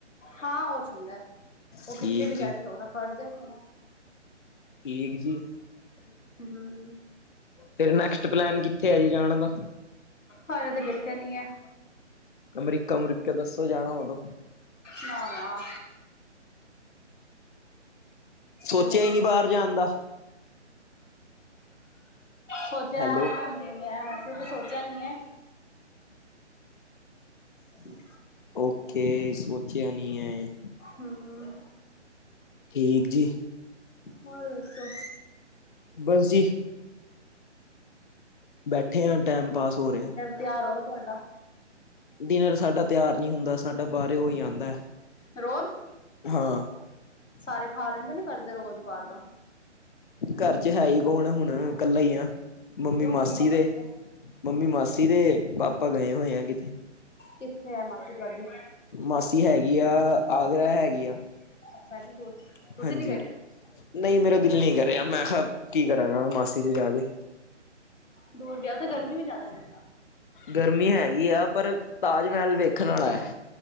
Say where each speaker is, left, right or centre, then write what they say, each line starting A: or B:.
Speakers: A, on the left (about 90°); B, on the left (about 45°).
A: ਹਾਂ ਉਹਛੋਹੁੰਦਾ ਹੈ। ਉਹ
B: ਠੀਕ
A: ਕਿੱਥੇ ਵੀ ਜਾਏ
B: ਜੀ
A: ਫਿਰ ਉਹਦਾ ਫਰਜ਼ ਹੈ ਉਹਨੂੰ।
B: ਠੀਕ ਜੀ।
A: ਹਮ
B: ਫਿਰ ਨੈਕਸਟ ਪਲੈਨ ਕਿੱਥੇ ਆ ਜੀ ਜਾਣ ਦਾ?
A: ਹਜੇ ਤਾਂ ਕਿੱਥੇ ਨੀ ਹੈ।
B: ਅਮਰੀਕਾ, ਅਮਰੀਕਾ ਦੱਸੋ ਜਾਣਾ ਹੋਏ ਤੇ।
A: ਨਾ ਨਾ।
B: ਸੋਚਿਆ
A: ਇੰਨੀ ਦੂਰ
B: ਹੀ ਨਹੀਂ
A: ਦੀ
B: ਬਾਹਰ
A: ਗੱਲ।
B: ਜਾਣ ਦਾ
A: ਸੋਚਿਆ,
B: ਹੈਲੋ
A: ਮੇਰੇ ਵਿਆਹ ਵੈਸੇ ਤਾਂ ਸੋਚਿਆ ਨੀ ਹੈ। ਹਮ।
B: ਓਕੇ ਸੋਚਿਆ ਨੀ ਏ
A: ਹਮ
B: ਠੀਕ ਜੀ।
A: ਹੋਰ ਦੱਸੋ?
B: ਬਸ ਜੀ ਬੈਠੇ ਆਂ, ਟਾਈਮ ਪਾਸ ਹੋ ਰਿਹਾ
A: ਤੈਆਰ ਹੋਗਾ ਤੁਹਾਡਾ।
B: ਡਿਨਰ ਸਾਡਾ ਤਿਆਰ ਨਹੀਂ ਹੁੰਦਾ, ਸਾਡਾ ਬਾਹਰ ਹੋ ਹੀ ਆਉਂਦਾ,
A: ਰੋਜ਼
B: ਹਾਂ।
A: ਸਾਰੇ ਖਾ ਲੈਂਦੇ ਨੇ ਘਰ ਦੇ, ਰੋਜ਼ ਬਾਹਾਰ ਦਾ।
B: ਘਰ ਚ ਹੈ ਹੀ ਕੌਣ ਹੁਣ ਕੱਲਾ ਈ ਆ। ਮੰਮੀ
A: ਕਿਉਂ
B: ਮਾਸੀ
A: ਪਾਪਾ
B: ਦੇ
A: ਕਿੱਥੇ
B: ਮੰਮੀ ਮਾਸੀ ਦੇ ਪਾਪਾ ਗਏ ਹੋਏ ਆ ਕਿਤੇ।
A: ਕਿੱਥੇ ਆ ਮਾਸੀ ਤੁਹਾਡੀ?
B: ਮਾਸੀ ਹੈਗੀ ਆ ਆਗਰਾ ਹੈਗੀ ਆ
A: <inaudible>
B: ਹਾਂਜੀ
A: ਗਏ ਫਿਰ
B: ਨਹੀਂ ਮੇਰਾ ਦਿਲ ਨਹੀਂ ਕਰ ਰਿਹਾ ਮੈਂ ਕਿਹਾ ਕੀ ਕਰਾਂਗਾ ਮਾਸੀ ਦੇ ਜਾ ਕੇ।
A: ਦੂਰ ਵਿਆਹ ਤਾਂ ਗਰਮੀ ਵੀ ਜ਼ਿਆਦਾ ਹਲੇ ਤਾਂ।
B: ਗਰਮੀ ਹੈਗੀ ਆ, ਪਰ ਤਾਜ ਮਹਿਲ ਵੇਖਣ ਵਾਲਾ ਹੈ।